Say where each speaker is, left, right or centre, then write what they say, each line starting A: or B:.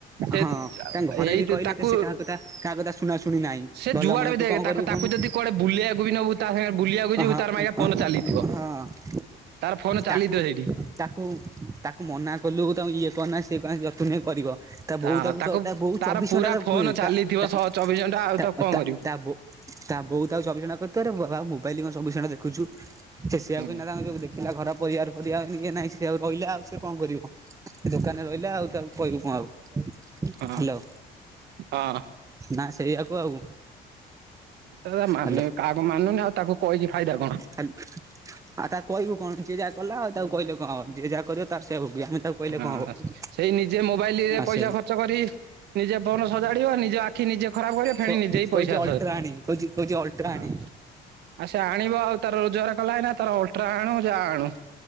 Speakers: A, on the right; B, on the right.
A: ସେ
B: ହଁ ତାଙ୍କ ଘରେ
A: ଏଇ
B: ବି
A: ତ
B: କହିଲେ
A: ତାକୁ।
B: କି ସେ କାହା କଥା କାହା କଥା ଶୁଣା ଶୁଣି ନାହିଁ
A: ସେ
B: ଭଲ
A: ଯୁଆଡେ
B: ମନ୍ଦ
A: ବି
B: ତୁ
A: ଦେଖେ
B: କଣ
A: ତାକୁ
B: କରିବୁ
A: ତାକୁ
B: କହୁନୁ
A: ଯଦି କୁଆଡେ ବୁଲେଇ ବାକୁ ବି ନବୁ ତା ସାଙ୍ଗେ ବୁଲିବାକୁ ଯିବୁ
B: ହଁ
A: ତାର ଫୋନ ଚାଲିଥିବ।
B: ହଁ
A: ତାର ଫୋନ ଚାଲିଥିଅ
B: ତାକୁ
A: ସେଇଠି।
B: ତାକୁ ତାକୁ ମନା କଲୁ ତା ଇଏ କନା ସେଏ କନା ଯତମ କରିବ। ତା ବୋଉ
A: ହଁ
B: ତାକୁ ତ ତା ବୋଉ
A: ତାର
B: ଚବିଶ
A: ପୁରା
B: ଘଣ୍ଟା ତାକୁ
A: ଫୋନ
B: କୁହେ
A: ଚାଲିଥିବ
B: ତା ତା
A: ଶହ ଚବିଶ ଘଣ୍ଟା ଆଉ
B: ତା
A: ତାକୁ କଣ
B: ତା
A: କରିବୁ।
B: ତା ବୋଉ। ତା ବୋଉ ତାକୁ ଚବିଶ ଘଣ୍ଟା ଖୋଥୁବ ତୁ ଆରେ ମୋବାଇଲ କଣ ଚବିଶ ଘଣ୍ଟା ଦେଖୁଛୁ ଯେ ସେଆକୁ
A: ହୁଁ
B: ଏଇନା ତାଙ୍କ ଯୋଉ ପିଲା ଘର ପରିବାର ପରିବା ଇଏ ନାହିଁ ସେ ଆଉ ରହିଲା ଆଉ ସେ କଣ କରିବ ଦୋକାନରେ ରହିଲା ଆଉ ତାକୁ କହିବୁ କଣ ଆଉ
A: ହଁ
B: ହ୍ୟାଲୋ।
A: ହଁ
B: ନା ସେଇଆକୁ ଆଉ।
A: ସେ ମାନିବି
B: ହାଲୋ।
A: କାହାକୁ ମାନୁନି ଆଉ ତାକୁ କହିକି ଫାଇଦା କଣ।
B: ଖାଲି ଆଉ ତାକୁ କହିବୁ କଣ ଯିଏ ଯାହା କଲା ଆଉ ତାକୁ କହିଲେ କଣ ହବ ଯିଏ ଯାହା କରିବ ତାର ସେଇଆ ଭୋଗିବ ଆମେ ତାକୁ କହିଲେ
A: ହଁ।
B: କଣ ହବ।
A: ସେଇ ନିଜେ ମୋବାଇଲ ରେ
B: ଆସେ
A: ପଇସା ଖର୍ଚ୍ଚ କରି ନିଜେ ଫୋନ ସଜାଡିବ ନିଜ ଆଖି ନିଜେ ଖରାପ କରିବ ଫେଣି
B: କ
A: ନିଜେିଁ
B: କହୁଛି
A: ପଇସା
B: ଅଲଟ୍ରା ଆଣି କହୁଛି କହୁଛି ଅଲଟ୍ରା
A: ହଁ
B: ଆଣି।
A: ଆଉ ସେ ଆଣିବ ଆଉ ତାର ରୋଜଗାର କଲା ଏନା ତାର ଅଲଟ୍ରା ଆଣୁ ଯାହା ଆଣୁ।